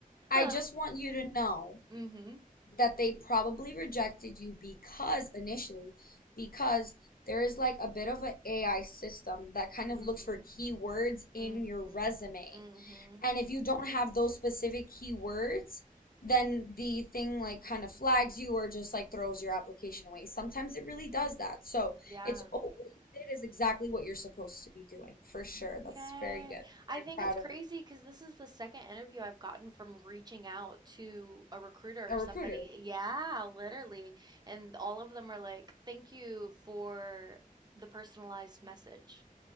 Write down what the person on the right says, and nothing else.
<laughs>
Mm-hmm.
Mm-hmm.
Mm-hmm.
Mm-hmm.
Yeah.
Yay.
I
think
it's crazy
because this is the second interview I've gotten from reaching out to a recruiter
or somebody.
Yeah, literally. And all of them are like, thank you for the personalized message.